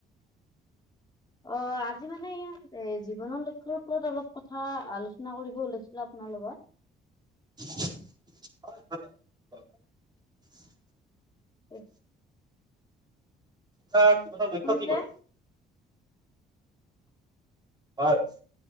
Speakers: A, on the left; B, on the right.
A: অ আজি মানে ইয়াত এ জীৱনৰ লক্ষ্য ওপৰত অলপ কথা আলোচনা কৰিব ওলাইছিলো আপ নাৰ লগত <unintelligible>
B: <unintelligible> <inaudible>
A: এ
B: আ জীৱনৰ লক্ষ্য
A: শুনিছে
B: কি কৈ হয়